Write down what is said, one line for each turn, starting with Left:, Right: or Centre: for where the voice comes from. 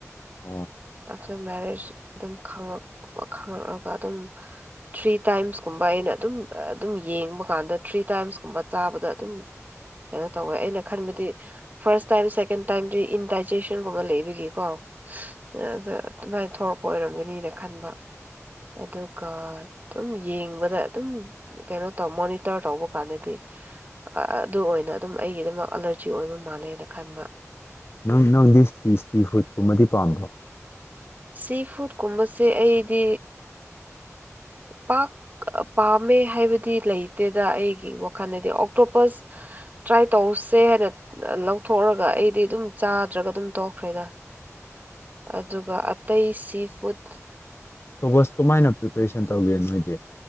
Left: ꯑꯣ
Right: ꯑꯥꯞꯇꯔ ꯃꯦꯔꯦꯖ ꯑꯗꯨꯝ ꯈꯛ ꯈꯉꯛꯂꯒ ꯑꯗꯨꯝ ꯊ꯭ꯔꯤ ꯇꯥꯏꯝꯁꯀꯨꯝꯕ ꯑꯩꯅ ꯑꯗꯨꯝ ꯑꯗꯨꯝ ꯌꯦꯡꯕ ꯀꯥꯟꯗ ꯊ꯭ꯔꯤ ꯇꯥꯏꯝꯁ ꯀꯨꯝꯕ ꯆꯥꯕꯗ ꯑꯗꯨꯝ ꯀꯩꯅꯣ ꯇꯧꯋꯦ ꯑꯩꯅ ꯈꯟꯕꯗꯤ ꯐꯥꯔꯁ ꯇꯥꯏꯝ ꯁꯦꯀꯦꯟ ꯇꯥꯏꯝꯗꯤ ꯏꯟꯗꯥꯏꯖꯦꯁꯟꯒꯨꯝꯕ ꯂꯩꯕꯒꯤꯀꯣ ꯑꯗ ꯑꯗꯨ ꯅꯣꯏꯊꯣꯂꯛꯄ ꯑꯣꯏꯔꯝꯒꯅꯤꯅ ꯈꯟꯕ ꯑꯗꯨꯒ ꯑꯗꯨꯝ ꯌꯦꯡꯕꯗ ꯑꯗꯨꯝ ꯀꯩꯅꯣ ꯇ ꯃꯣꯅꯤꯇꯔ ꯇꯧꯕ ꯀꯥꯥꯟꯗꯤ ꯑꯗꯨ ꯑꯣꯏꯅ ꯑꯗꯨꯝ ꯑꯩꯒꯤꯗꯤ ꯑꯦꯂꯔꯖꯤ ꯑꯣꯏꯕ ꯃꯥꯜꯂꯦꯅ ꯈꯟꯕ
Left: ꯅꯪ ꯅꯪꯗꯤ ꯁꯤ ꯐꯨꯗꯀꯨꯝꯕꯗꯤ ꯄꯥꯝꯕ꯭ꯔꯣ
Right: ꯁꯤ ꯐꯨꯗ ꯀꯨꯝꯕꯁꯦ ꯑꯩꯗꯤ ꯄꯥꯛ ꯄꯥꯝꯃꯦ ꯍꯥꯏꯕꯗꯤ ꯂꯩꯇꯦꯗ ꯑꯩꯒꯤ ꯋꯥꯈꯜꯗꯗꯤ ꯑꯣꯛꯇꯣꯄꯁ ꯇ꯭ꯔꯥꯏ ꯇꯧꯁꯦ ꯍꯥꯏꯅ ꯂꯧꯊꯣꯛꯑꯔꯒ ꯑꯩꯗꯤ ꯑꯗꯨꯝ ꯆꯥꯗ꯭ꯔꯒ ꯑꯗꯨꯝ ꯇꯣꯛꯈ꯭ꯔꯦꯗ ꯑꯗꯨꯒ ꯑꯇꯩ ꯁꯤ ꯐꯨꯗ
Left: ꯇꯣꯄꯁ ꯀꯃꯥꯏꯅ ꯄ꯭ꯔꯤꯄꯦꯔꯦꯁꯟ ꯇꯧꯒꯦ ꯅꯣꯏꯗꯤ